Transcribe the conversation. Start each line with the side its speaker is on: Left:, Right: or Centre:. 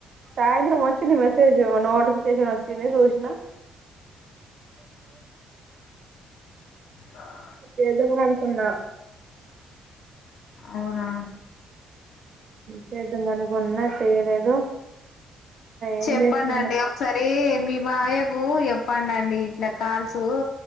Right: సాయంత్రం వచ్చింది మెసేజ్ నోటిఫికేషన్ వచ్చింది. చూసిన
Left: ఆ
Right: చేదాంలే అనుకున్న
Left: అవునా
Right: చేద్దామనుకున్నా చేయలేదు. ఏం
Left: చేపండండి
Right: చేస్తున్నా
Left: ఒకసారి మీ మావయ్యకు చెప్పండి అండి ఇట్లా కాల్సు